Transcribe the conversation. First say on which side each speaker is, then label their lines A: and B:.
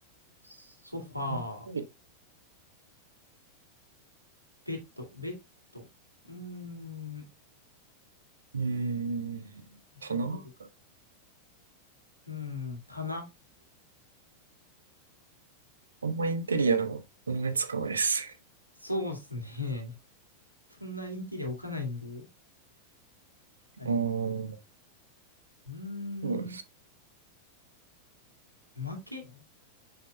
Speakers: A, on the right (about 85°); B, on the right (about 75°).
A: ソファー、
B: インテリ
A: ベッド、ベッド。うーん、
B: うーん、棚
A: インテリア。うーん、棚。
B: あんまインテリアの思いつかないですね。
A: そうっすね。そんなインテリア置かないんで、あれですけど。
B: ああそ
A: うーん、
B: うです。
A: 負け。